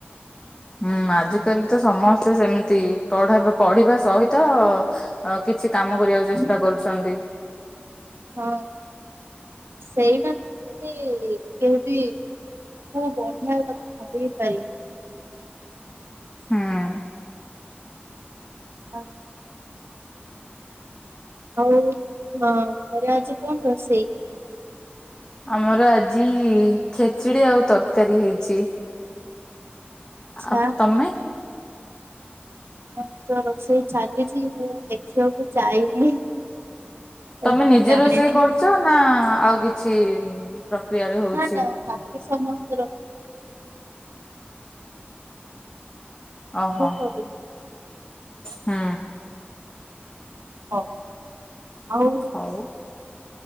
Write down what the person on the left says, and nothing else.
ହୁଁ ଆଜିକାଲି ତ ସମସ୍ତେ ସେମିତି ପଢା ପଢିବା ସହିତ ଅ କିଛି କାମ କରିବାକୁ ଚେଷ୍ଟା କରୁଛନ୍ତି।
ହଁ।
ଆମର ଆଜି ଖେଚୁଡି ଆଉ ତରକାରୀ ହେଇଛି।
ଆଉ ତମେ?
ତମେ
ନିଜେ
ରୋଷେଇ କରୁଛ ନା ଆଉ କିଛି ପ୍ରକ୍ରିୟାରେ ହଉଛି?
ଓହୋ
ହୁଁ।
ହଉ।